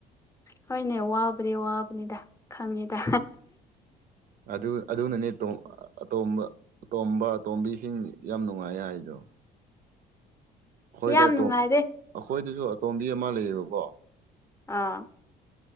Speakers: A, on the left (about 15°); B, on the right (about 55°).
A: ꯍꯣꯏꯅꯦ ꯋꯥꯕꯗꯤ ꯋꯥꯕꯅꯤꯗ ꯈꯪꯉꯤꯗ
B: ꯑꯗꯨ ꯑꯗꯨꯅꯅꯦ ꯑꯇꯣꯝꯕ ꯑꯇꯣꯝꯕ ꯑꯇꯣꯝꯕꯤꯁꯤꯡ ꯌꯥꯝ ꯅꯨꯡꯉꯥꯏ ꯍꯥꯏꯗꯣ ꯑꯩꯈꯣꯏꯗ
A: ꯌꯥꯝ ꯅꯨꯡꯉꯥꯏꯗꯦ
B: ꯑꯩꯈꯣꯏꯗꯁꯨ ꯑꯇꯣꯝꯕꯤ ꯑꯃ ꯂꯩꯌꯦꯕꯀꯣ
A: ꯑꯥ